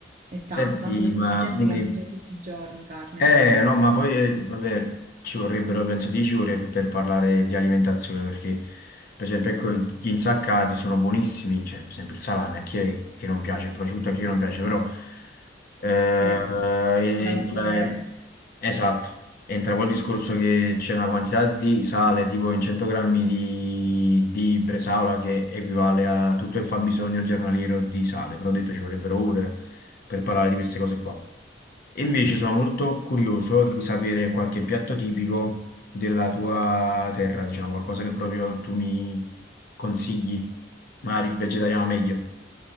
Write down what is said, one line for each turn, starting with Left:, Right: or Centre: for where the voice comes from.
Right: è tanto,
Left: Senti,
Right: anche perché
Left: ma
Right: c'è gente
Left: dimmi,
Right: che
Left: dimmi.
Right: mangia tutti i giorni carne.
Left: Eh, no, ma poi, eh, vabbè, ci vorrebbero, penso, 10 ore per, per parlare di alimentazione, perché, per esempio, ecco, gli insaccati sono buonissimi, cioè, per esempio, il salame, a chi è che non piace, il prosciutto, a chi non piace, però, eh,
Right: Sì, la
Left: entra-
Right: mortadella.
Left: esatto, entra poi il discorso che c'è una quantità di sale, tipo in 100 grammi di, di bresaola, che equivale a tutto il fabbisogno giornaliero di sale, però ho detto ci vorrebbero ore per parlare di queste cose qua. E invece sono molto curioso di sapere qualche piatto tipico della tua terra, diciamo, qualcosa che proprio tu mi consigli, magari vegetariano meglio,